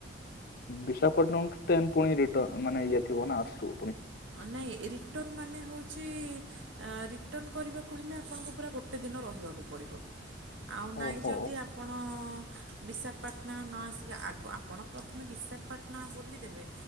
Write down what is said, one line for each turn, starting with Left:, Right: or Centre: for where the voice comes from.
Left: ବିଶାଖପଟନମ୍ ଠୁ ଟ୍ରେନ ପୁଣି ରିଟର୍ଣ ମାନେ ଇଏ ଥିବ ନା ଆସଥିବ ପୁଣି।
Right: ନାଇଁ ରିଟର୍ନ ମାନେ ହୋଉଛି ଆଁ ରିଟର୍ନ କରିବାକୁ ହେଲେ ଆପଣଙ୍କୁ ପୁରା ଗୋଟେ ଦିନ ରହିବାକୁ ପଡିବ। ଆଉ ନାଇଁ
Left: ଓହୋ
Right: ଯଦି ଆପ୍ ଆପଣ ବିଶାଖାପାଟଣା ନ ଆସିକି ଆଗ ଆପଣ ପ୍ରଥମେ ବିଶାଖାପାଟଣା ବୁଲିଦେବେ।